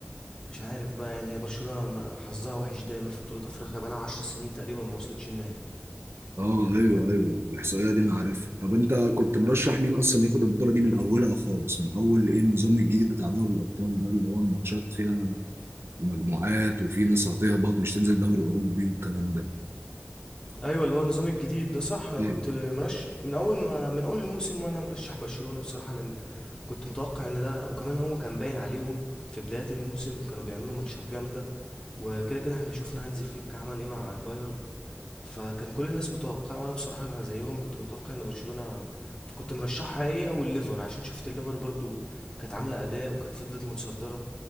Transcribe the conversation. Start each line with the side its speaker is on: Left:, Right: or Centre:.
Left: مش عارف بقى يعني هي برشلونة ما- حظها وحش دايما في بطولة افريقيا بقالها عشر سنين تقريبا ما وصلتش النهائي
Right: اه ايوه ايوه الاحصائيه دي انا عارفها طب انت كنت مرشح مين اصلا ياخد البطوله دي من اولها خالص من اول ايه النظام الجديد بتاع دوري الابطال ده اللي هو الماتشات فيها مجموعات وفي ناس هتهبط مش تنزل دوري اوروبي والكلام
Left: ايوه اللي هو النظام الجديد ده صح انا
Right: ده
Left: كنت مرشح من اول ما من اول الموسم وانا مرشح برشلونة بصراحة لان كنت متوقع ان ده وكمان هو كان باين عليهم في بداية الموسم كانوا بيعملوا ماتشات جامدة وكده كده احنا شفنا هانزي فليك عمل ايه مع البايرن فكان كل الناس متوقعة وانا بصراحة زيهم كنت متوقع ان برشلونة فكنت مرشحها هي والليفر عشان شفت الليفر برضو كانت عاملة اداء وكانت فضلت متصدرة